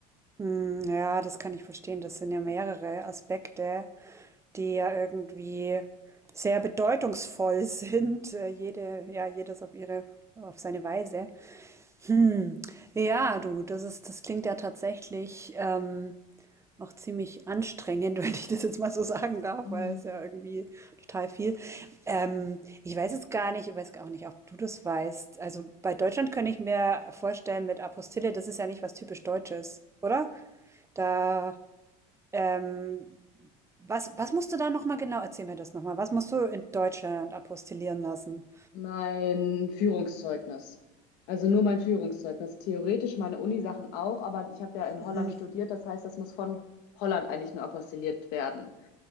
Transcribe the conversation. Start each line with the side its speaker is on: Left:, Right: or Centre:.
Right: Hm, ja, das kann ich verstehen. Das sind ja mehrere Aspekte, die ja irgendwie sehr bedeutungsvoll <laughs> sind. Äh, jede, ja, jedes auf ihre, auf seine Weise. Hm. Ja, du, das ist, das klingt ja tatsächlich ähm, auch ziemlich anstrengend, <laughs> wenn ich das jetzt mal so sagen darf,
Left: Mhm.
Right: weil es ja irgendwie total viel. Ähm, ich weiß jetzt gar nicht, ich weiß auch nicht, ob du das weißt. Also bei Deutschland könnte ich mir vorstellen, mit Apostille, das ist ja nicht was typisch Deutsches, oder? Da. Ähm, was, was musst du da nochmal genau, erzähl mir das nochmal, was musst du in Deutschland apostillieren lassen?
Left: Mein Führungszeugnis. Also nur mein Führungszeugnis. Theoretisch meine Unisachen auch, aber ich habe ja in
Right: Mhm.
Left: Holland studiert, das heißt, das muss von Holland eigentlich nur apostilliert werden.